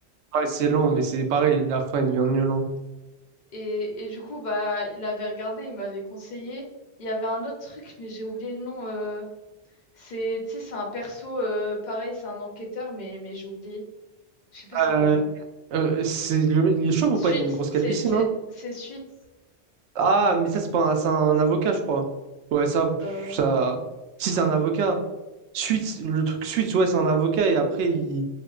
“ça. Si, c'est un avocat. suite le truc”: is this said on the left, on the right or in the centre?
Right